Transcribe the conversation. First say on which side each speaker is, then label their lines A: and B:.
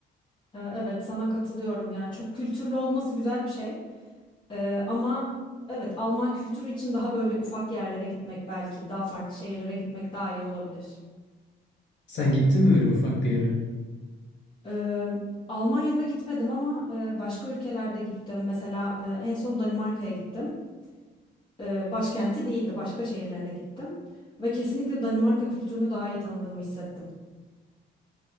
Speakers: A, on the left; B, on the left.
A: Ee, evet sana katılıyorum. Yani çok kültürlü olması güzel bir şey. Ee, ama evet Alman kültürü için daha böyle ufak yerlere gitmek belki daha farklı şehirlere gitmek daha iyi olabilir.
B: Sen gittin mi öyle ufak bir yere?
A: Ee, Almanya'da gitmedim ama e, başka ülkelerde gittim. Mesela e, en son Danimarka'ya gittim. e, başkenti değildi. Başka şehirlerine gittim. Ve kesinlikle Danimarka kültürünü daha iyi tanıdığımı hissettim.